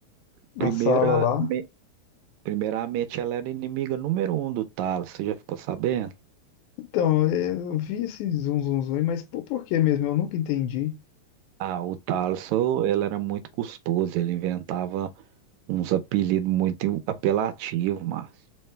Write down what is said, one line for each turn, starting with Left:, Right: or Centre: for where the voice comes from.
Left: na
Right: Primeira,
Left: sala lá.
Right: me- primeiramente, ela era inimiga número um do Thales. Você já ficou sabendo?
Left: Então, eu vi esse zum, zum, zum, mas por, por que mesmo? Eu nunca entendi.
Right: Ah, o Thales, ô, ele era muito custoso. Ele inventava uns apelidos muito apelativos, Márcio.